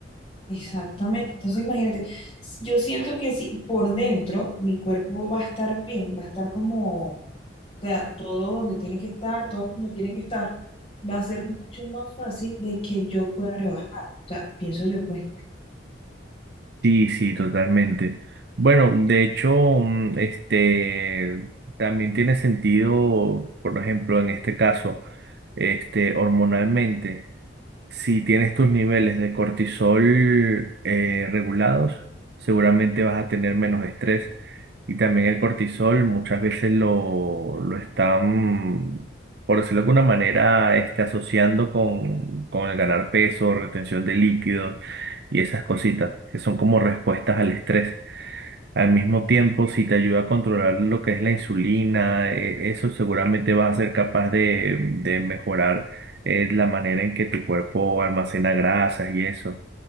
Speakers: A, on the left (about 30°); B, on the right (about 55°).
A: Exactamente, entonces imagínate, s- yo siento que si por dentro mi cuerpo va a estar bien, va a estar como, o sea, todo donde tiene que estar, todo como tiene que estar, va a ser mucho más fácil de que yo pueda rebajar, o sea, pienso yo pues.
B: Sí, sí, totalmente. Bueno, de hecho, mm, este, también tiene sentido, por ejemplo, en este caso, este, hormonalmente. Si tienes tus niveles de cortisol eh, regulados, seguramente vas a tener menos estrés. Y también el cortisol muchas veces lo, lo están, por decirlo de alguna manera, este, asociando con, con el ganar peso, retención de líquidos y esas cositas que son como respuestas al estrés. Al mismo tiempo, si te ayuda a controlar lo que es la insulina, eh, eso seguramente vas a ser capaz de, de mejorar eh, la manera en que tu cuerpo almacena grasas y eso